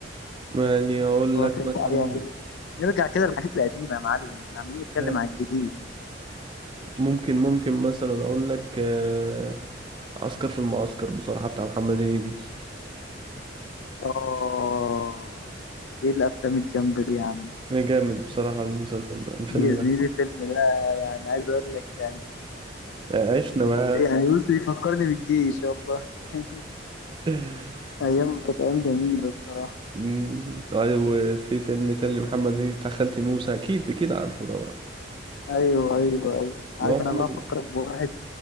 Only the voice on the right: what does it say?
يعني اقول
لك
مثلا
فاهم.
ممكن ممكن مثلا اقول لك آه، عسكر في المعسكر بصراحة بتاع محمد هنيدي
يا جامد بصراحة المسلسل ده الفيلم
ده
عشنا معاه
<laughs>
مم. أيوة، وفي فيلم تاني لمحمد هنيدي بتاع خالتي نوسة أكيد أكيد عارفه طبعا
هو
محمد